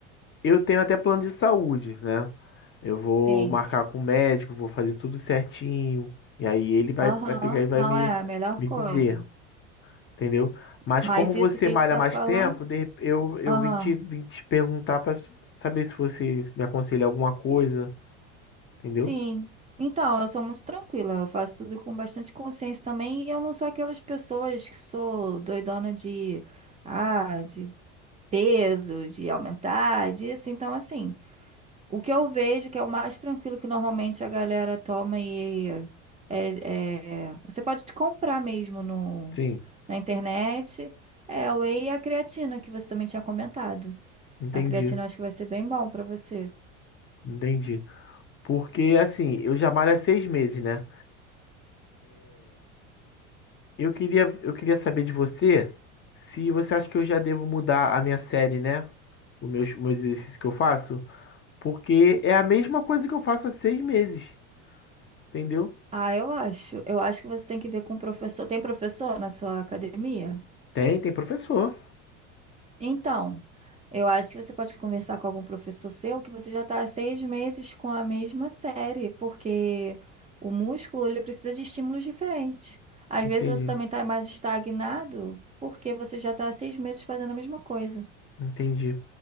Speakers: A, on the left; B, on the right.
A: eu tenho até plano de saúde, né? Eu vou
B: Sim.
A: marcar com o médico, vou fazer tudo certinho. E aí ele vai,
B: Aham.
A: vai pegar e vai
B: Não
A: me,
B: é a melhor
A: me
B: coisa.
A: dizer, entendeu? Mas
B: Mas
A: como você
B: isso que a
A: malha
B: gente está
A: mais
B: falando.
A: tempo, de rep- eu, eu
B: Aham.
A: vim te, vim te perguntar pra saber se você me aconselha alguma coisa, entendeu?
B: Sim. Então, eu sou muito tranquila. Eu faço tudo com bastante consciência também. E eu não sou aquelas pessoas que sou doidona de. Ah, de peso, de aumentar, disso. Então, assim. O que eu vejo que é o mais tranquilo que normalmente a galera toma e é, é, você pode comprar mesmo no,
A: Sim,
B: na internet é o whey e a creatina que você também tinha comentado.
A: entendi,
B: A creatina eu acho que vai ser bem bom pra você.
A: entendi. Porque assim, eu já malho há seis meses, né? Eu queria, eu queria saber de você se você acha que eu já devo mudar a minha série, né? Os meus, os meus exercícios que eu faço. Porque é a mesma coisa que eu faço há seis meses, entendeu?
B: Ah, eu acho. Eu acho que você tem que ver com o professor. Tem professor na sua academia?
A: Tem, tem professor.
B: Então, eu acho que você pode conversar com algum professor seu que você já está há seis meses com a mesma série, porque o músculo ele precisa de estímulos diferentes. Às
A: Entendi,
B: vezes você também está mais estagnado porque você já está há seis meses fazendo a mesma coisa.
A: entendi.